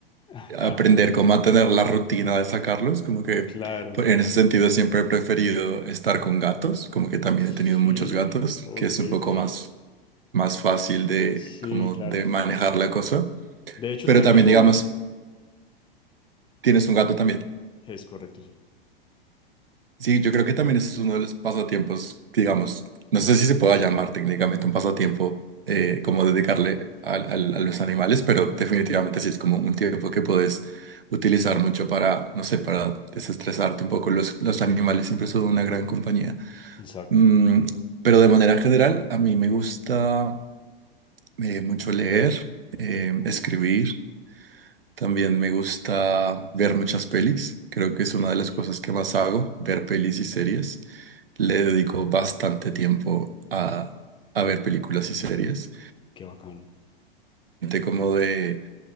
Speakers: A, on the left; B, on the right.
A: <laughs>
B: aprender cómo a tener la rutina de sacarlos, como que
A: Claro,
B: pues,
A: claro.
B: en ese sentido siempre he preferido estar con gatos, como que también
A: Sí,
B: he tenido muchos gatos,
A: ok,
B: que es un poco
A: ok.
B: más, más fácil de,
A: Sí,
B: como
A: claro.
B: de manejar la cosa.
A: De hecho,
B: Pero
A: también
B: también,
A: tengo
B: digamos,
A: uno.
B: tienes un gato también.
A: Es correcto, sí.
B: Sí, yo creo que también ese es uno de los pasatiempos, digamos, no sé si se pueda llamar técnicamente un pasatiempo
A: Sí,
B: eh, como dedicarle al- al- a, los animales, pero definitivamente sí es como un tiempo que puedes utilizar mucho para, no sé, para desestresarte un poco. Los, los animales siempre son una gran compañía.
A: exacto.
B: Mm, pero de manera general, a mí me gusta eh, mucho leer, eh,
A: Uf,
B: escribir. También me gusta ver muchas pelis. Creo que es una
A: ok,
B: de las cosas que más hago, ver pelis y series. Le dedico bastante tiempo a, a ver películas y series.
A: qué bacano.
B: Gente como de,